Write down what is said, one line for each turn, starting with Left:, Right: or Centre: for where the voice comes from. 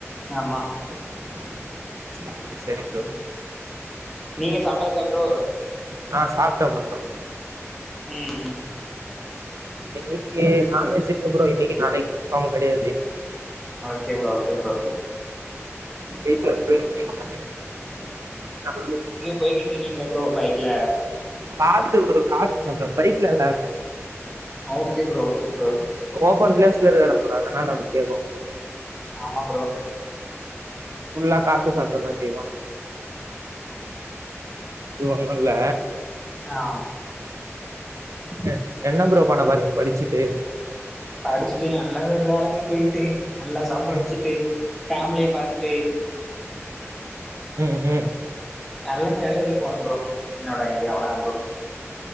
Centre: ஆமா
Right: <unintelligible> சேரி ப்ரோ
Centre: நீங்க சாப்ட்டாச்சா ப்ரோ
Right: ஆ சாப்ட்டோம் ப்ரோ
Centre: ம் ம்
Right: எங்க வீட்லியே நான்வெஜ்ஜி இல்ல ப்ரோ இன்னைகி நாளைகி ஆமு கெடையாது
Centre: ஓகே ப்ரோ ஓகே ப்ரோ
Right: வீட்ல <unintelligible>
Centre: போய்கிட்ருக்கீங்ள ப்ரோ பைக்ல
Right: காத்து ப்ரோ காத்து சத்தோ பைக்லலா இல்ல
Centre: okay bro okay bro
Right: open பிளேஸ்ல இருகறம் ப்ரோ அதனால அப்டி கேகு
Centre: ஆமா ப்ரோ
Right: ஃபுல்லா காத்து சத்தோந் கேகு து ஒன்னுல்ல
Centre: ஆம்
Right: ம் என்ன ப்ரோ பண்ண பாரிங்க படிச்சிட்டு
Centre: படிச்சிட்டு நல்ல ஒரு வேலைகிப் போயிட்டு நல்லா சம்பாதிச்சிட்டு
Right: ம்
Centre: ஃபேமிலிய பாத்துட்டு
Right: ம் ம்
Centre: நல்ல சேலரி போனும் ப்ரோ என்னேட ஐடியா அவள தா ப்ரோ